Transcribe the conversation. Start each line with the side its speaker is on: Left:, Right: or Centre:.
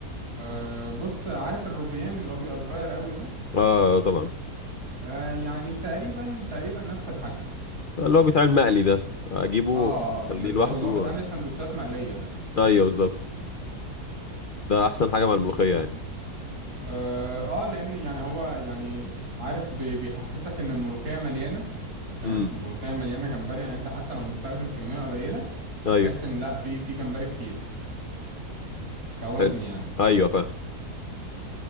Right: أه بص عارف الروبيان اللي هو بيبقى صغير قوي ده
Left: اه طبعا
Right: أه يعني تقريبا تقريبا نفس الحجم
Left: اللي هو بيتعمل مقلي ده اجيبه
Right: اه
Left: خليه
Right: بالظبط
Left: لوحده
Right: اللي هو بيتعمل سندوتشات مقلية ده
Left: ايوه بالظبط ده احسن حاجه مع الملوخيه يعني
Right: اه آه، لان يعني هو يعني عارف بي- بيحسسك ان الملوخية مليانة فاهم
Left: امم
Right: الملوخية مليانة جمبري يعني انت حتى لو مستخدم كمية قليلة هتحس
Left: ايوه
Right: ان لا في في جمبري كتير كوزن
Left: حلو
Right: يعني
Left: ايوه فاهم